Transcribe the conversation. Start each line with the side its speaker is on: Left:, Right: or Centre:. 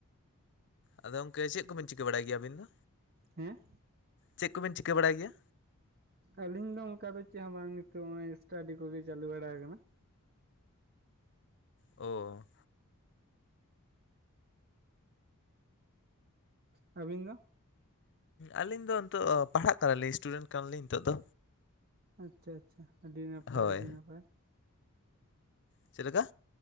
Left: ᱟᱫᱚ ᱜᱚᱢᱠᱮ ᱪᱮᱫ ᱠᱚᱵᱤᱱ ᱪᱤᱠᱟᱹ ᱵᱟᱲᱟᱭ ᱜᱮᱭᱟ ᱟᱹᱵᱤᱱ ᱫᱚ᱾
Right: ᱦᱮᱸ
Left: ᱪᱮᱫ ᱠᱚᱵᱮᱱ ᱪᱤᱠᱟᱹ ᱵᱟᱲᱟᱭ ᱜᱮᱭᱟ?
Right: ᱟᱹᱞᱤᱧ ᱫᱚ ᱚᱱᱠᱟ ᱫᱚ ᱪᱮᱫ ᱦᱚᱸ ᱵᱟᱝ ᱱᱤᱛᱚᱜ ᱱᱚᱜᱼᱚᱭ ᱥᱴᱟᱰᱤ ᱠᱚᱜᱮ ᱪᱟᱹᱞᱩ ᱵᱟᱲᱟ ᱟᱠᱟᱱᱟ᱾
Left: ᱚ
Right: ᱟᱹᱵᱤᱱ ᱫᱚ?
Left: ᱟᱹᱞᱤᱧ ᱫᱚ ᱱᱤᱛᱚᱜ ᱯᱟᱲᱦᱟᱜ ᱠᱟᱱᱟᱞᱤᱧ ᱤᱥᱴᱩᱰᱮᱱᱴ ᱠᱟᱱᱟᱞᱤᱧ ᱱᱤᱛᱚᱜ ᱫᱚ᱾
Right: ᱟᱪᱷᱟ ᱟᱪᱷᱟ ᱟᱹᱰᱤ ᱱᱟᱯᱟᱭ
Left: ᱦᱳᱭ
Right: ᱟᱹᱰᱤ ᱱᱟᱯᱟᱭ᱾
Left: ᱪᱮᱫ ᱞᱮᱠᱟ?